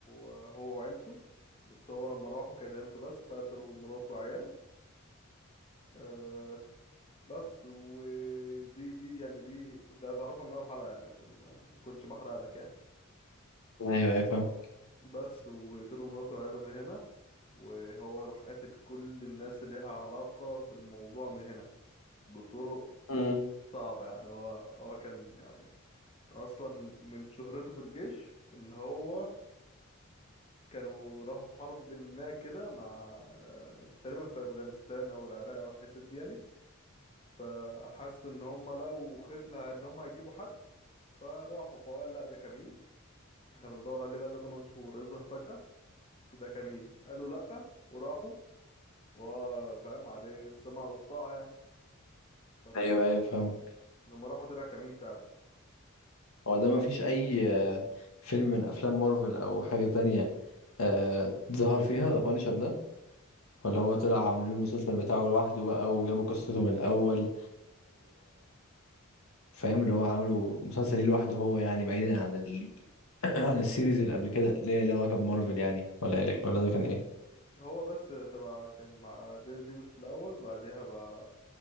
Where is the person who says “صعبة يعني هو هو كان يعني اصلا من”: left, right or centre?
Left